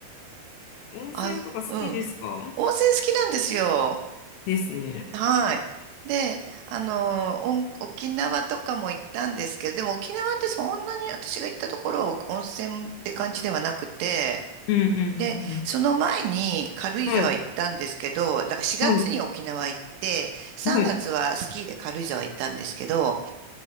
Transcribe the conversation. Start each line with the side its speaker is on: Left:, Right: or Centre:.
Left: <laughs>
Right: <laughs>
Left: 温泉とか好きですか
Right: あ、うん。温泉好きなんですよ。
Left: ですね。
Right: はい。で、あの、おん沖縄とかも行ったんですけど、でも沖縄ってそんなに私が行ったところは温泉って感じではなくて、
Left: うんう
Right: で、
Left: んう
Right: その前に軽井沢行ったんですけど、
Left: んうん。はい。
Right: だから4月に沖縄行って、
Left: はい。
Right: 3月はスキーで軽井沢行ったんですけど、
Left: はい。